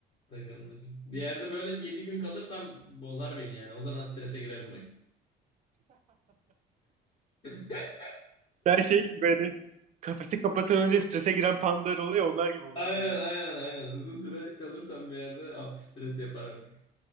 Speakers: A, on the left; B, on the right.
A: takılır. Bir yerde böyle 7 gün kalırsam bozar beni yani. O zaman strese girerim bak. <laughs>
B: Sen şey gibi hani kafesi kapatan önce strese giren pandalar oluyor onlar gibi oluyorsun
A: Aynen
B: yani.
A: aynen aynen. Uzun süre kalırsam bir yerde hafif stres yapar artık.